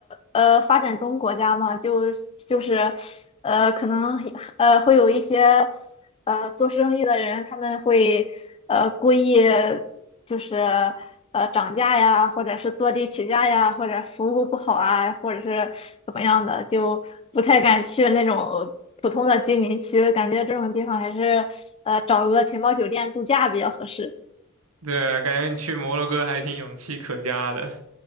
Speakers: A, on the left; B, on the right.
A: 呃发展中国家嘛，就就是呃可能呃会有一些。呃，做生意的人他们会呃故意就是呃涨价呀，或者是坐地起价呀，或者服务不好啊，或者是怎么样的，就不太敢去那种普通的居民区，感觉这种地方还是呃找个钱包酒店度假比较合适。
B: 对，感觉你去摩洛哥还挺勇气可嘉的。